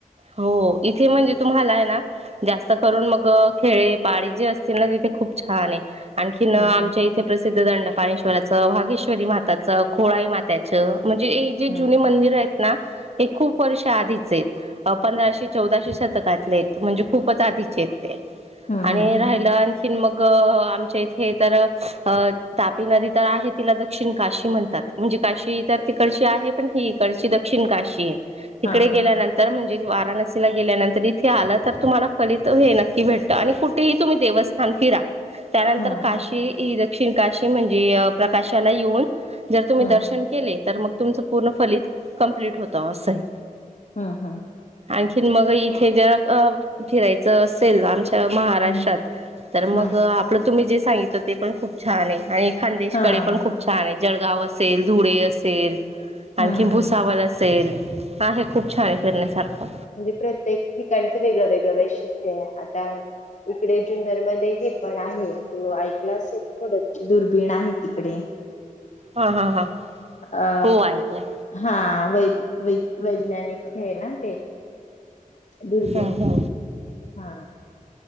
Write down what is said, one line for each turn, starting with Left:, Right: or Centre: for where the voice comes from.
Right: हो इथे म्हणजे तुम्हाला आहे ना जास्त करून मग खेळे पाळी जे असतील ना तिथे.. खूप छान आहे. आणखीन
Left: हं,
Right: आमच्या
Left: हं,
Right: इथे प्रसिद्ध दंडपाणेश्वराचं वागेश्वरी माताचं खोळाई माताचं.. म्हणजे हे जे
Left: हं,
Right: जुने मंदिर आहेत ना हे खूप वर्ष आधीच आहेत. पंधराशे चौदाशे शतकातले आहेत म्हणजे खूपच आधीचे आहेत.
Left: हं,
Right: आणि
Left: हं, हं,
Right: राहिला आणखीन मग.. आमच्या इथे तर तापी नदी तर आहे तिला दक्षिण काशी म्हणतात म्हणे.. काशी तर तिकडची आहे पण ही इकडची दक्षिण काशी आहे तिकडे
Left: हां,
Right: गेल्यानंतर
Left: हां,
Right: म्हणज.. वाराणसीला गेल्यानंतर इथे आलं तर तुम्हाला फलित हे नक्की भेटत आणि कुठेही तुम्ही देवस्थान फिरा.. त्यानंतर
Left: हं,
Right: काशी ह दक्षिण काशी म्हणजे प्रकाशाला येऊन.. जर तुम्ही
Left: हं,
Right: दर्शन केले तर मग तुमचं पूर्ण फलित कम्प्लीट होतं असं आहे.
Left: हा.
Right: आणखीन मग इथे जरा फिरायचं असेल आमच्या.. महाराष्ट्रात
Left: हं,
Right: तर
Left: हं,
Right: मग आपलं तुम्ही जे सांगित ते पण खूप छान आहे आणि.. खदेशकडे
Left: हां,
Right: पण खूप छान आहे जळगाव असेल धुळे असेल आणखी
Left: हं.
Right: भुसावरळ असेल आहे खूप छान आहे फिरण्यासारखा.
Left: म्हणजे प्रत्येक ठिकाणचं वेगळं वेगळं वैशिष्ट्य आहे आता इकडे जुनर मध्ये हे पण आहे तू ऐकला असेल थोड दुर्बीण आहे तिकडे.
Right: हा हा हा
Left: अ
Right: हो ऐकलंय
Left: हा! वै वैज्ञानिक हे ना ते? दुर्बीण
Right: हा हा!
Left: हा...